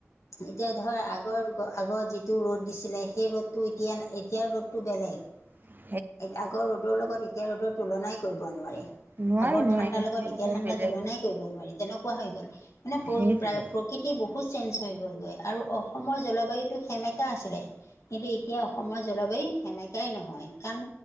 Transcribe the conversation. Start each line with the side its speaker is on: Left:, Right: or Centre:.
Left: এতিয়া ধৰ আগৰ যুগৰ আগৰ যিটো ৰ'দ দিছিলে সেই ৰ'দটো এতিয়া- এতিয়া ৰ'দটো বেলেগ
Right: <inaudible>
Left: এ আগৰ ৰ'দৰ লগত এতিয়া ৰ'দৰ তুলনাই কৰিব নোৱাৰি।
Right: নোৱাৰি
Left: আগৰ
Right: নোৱাৰি
Left: ঠাণ্ডাৰ লগত এতিয়া
Right: বৰ
Left: ঠাণ্ডা
Right: বেলেগ
Left: তুলনাই কৰিব নোৱাৰি তেনেকুৱা হৈ গ'ল মানে পল
Right: সেইটোৱে
Left: প্ৰায় প্ৰ প্ৰকৃতি বহুত চেঞ্জ হৈ গ'লগৈ আৰু অসমৰ জলবায়ুটো সেমেকা আছিলে কিন্তু এতিয়া অসমৰ জলবায়ু সেমেকাই নহয় কাৰণ